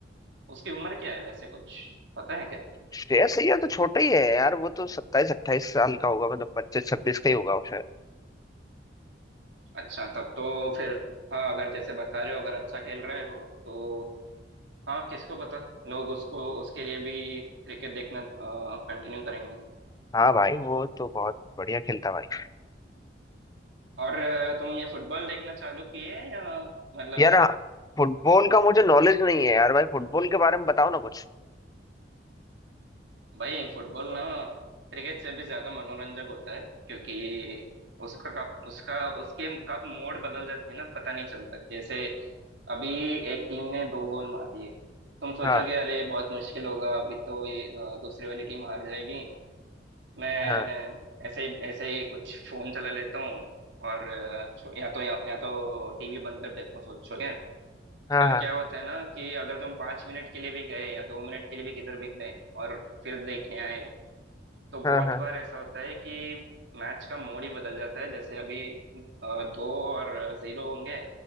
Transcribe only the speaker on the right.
उसकी उम्र क्या है वैसे कुछ पता है क्या
अच्छा तब तो फिर हाँ अगर जैसे बता रहे हो अगर अच्छा खेल रहा है वो तो हाँ किसको पता लोग उसको उसके लिए भी क्रिकेट देखना कंटिन्यू करेंगे
और अ, तुम ये फुटबॉल देखना चालू किए या मतलब
भाई फुटबॉल ना क्रिकेट से भी ज्यादा मनोरंजक होता है क्योंकि उसका कब उसका उसके कब मोड़ बदल जाती है ना पता नहीं चलता जैसे अभी एक टीम ने दो गोल मार दिए तुम सोचोगे
अरे बहुत मुश्किल होगा अभी तो ये अ, दूसरी वाली टीम हार जाएगी मैं
ऐसे ही ऐसे ही कुछ फोन चला लेता हूँ और अ, छो- या तो या, या तो टीवी बंद कर देता हूँ सोचोगे
पर
क्या होता है ना कि अगर तुम पांच मिनट के लिए भी गए या दो मिनट के लिए भी किधर भी गए और फिर देखने आए तो बहुत
बार ऐसा होता है कि मैच का मोड ही बदल जाता है जैसे अभी अ, दो और जीरो होंगे